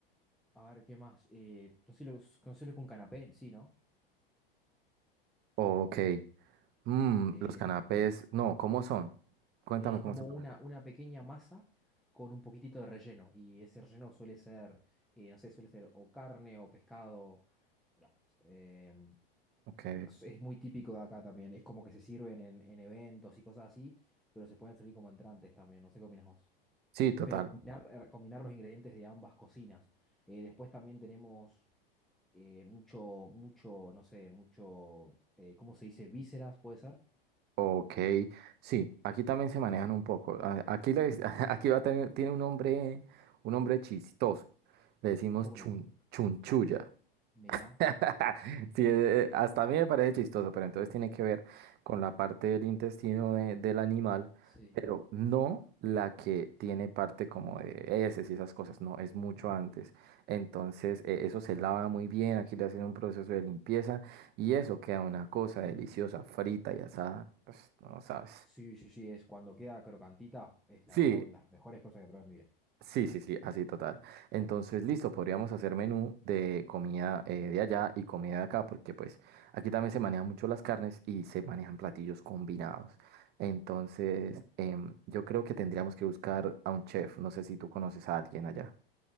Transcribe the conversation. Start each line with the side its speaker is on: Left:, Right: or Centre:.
Centre: a ver, ¿qué más? Eh, no sé lo, conoces lo canapé, sí, ¿no?
Right: Ok, mm,
Centre: Em,
Right: los canapés, no, ¿cómo son? Cuéntame
Centre: es como
Right: cómo se preparan.
Centre: una, una pequeña masa con un poquitito de relleno. Y ese relleno suele ser, eh, no sé, suele ser o carne o pescado. Claro. em,
Right: Ok,
Centre: es es muy típico de acá también. Es como que se sirven en, en eventos y cosas así, pero se pueden servir como entrantes también. No sé qué opinas vos.
Right: sí, total.
Centre: pero combinar, eh, combinar los ingredientes de ambas cocinas. Eh, después también tenemos eh, mucho, mucho, no sé, mucho, eh, ¿cómo se dice? Vísceras, ¿puede ser?
Right: Ok, sí, aquí también se manejan un poco. A- Aquí, les- <laughs> aquí va a tener, tiene un nombre, un nombre chistoso. Le decimos
Centre: ¿Cómo
Right: chun,
Centre: le dicen?
Right: chunchulla.
Centre: Mirá,
Right: <laughs> Sí, eh, hasta a mí me parece chistoso, pero entonces tiene que ver con la parte del intestino de- del animal,
Centre: sí.
Right: pero no la que tiene parte como de heces y esas cosas, no, es mucho
Centre: ujú.
Right: antes. Entonces, eh, eso se lava muy bien, aquí le hacen un proceso de limpieza y eso queda una cosa deliciosa, frita y asada, pues, no sabes.
Centre: Sí, sí, sí, es cuando queda crocantita, es
Right: Sí,
Centre: la verdad una de las mejores cosas que probé en mi vida.
Right: Sí, sí, sí, así total. Entonces, listo, podríamos hacer menú de comida eh, de allá y comida de acá, porque pues aquí también se manejan mucho las carnes y se manejan platillos combinados. Entonces, em, yo creo que tendríamos que buscar a un chef. No sé si tú conoces a alguien allá.